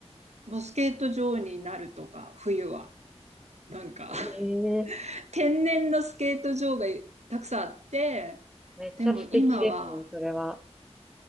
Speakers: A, on the right; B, in the centre.
A: もうスケート場になるとか、冬は。なんか
B: ええ、
A: <laughs> 天然のスケート場がたくさんあって、
B: めっちゃ素敵ですね、
A: でも今は
B: それは。